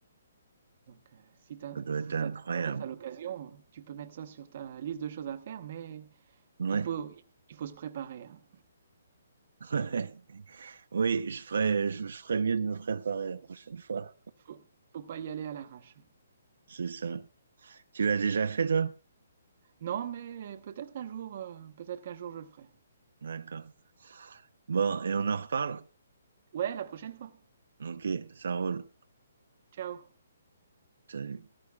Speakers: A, on the right; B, on the right.
A: Donc euh, si, t'in-
B: ça doit
A: si
B: être
A: ça
B: incroyable.
A: t'intéresse à l'occasion, tu peux mettre ça sur ta liste de choses à faire, mais
B: Ouais.
A: il faut,
B: <laughs>
A: il faut se préparer, hein.
B: Ouais. Oui, je ferais, je, je ferais mieux de me préparer la prochaine fois.
A: Faut, faut pas y aller à l'arrache.
B: C'est ça. Tu l'as déjà fait, toi?
A: Non, mais peut-être qu'un jour, euh, peut-être qu'un jour je le ferai.
B: D'accord. Bon, et on en reparle?
A: Ouais, la prochaine fois.
B: Ok, ça roule.
A: Ciao.
B: Salut.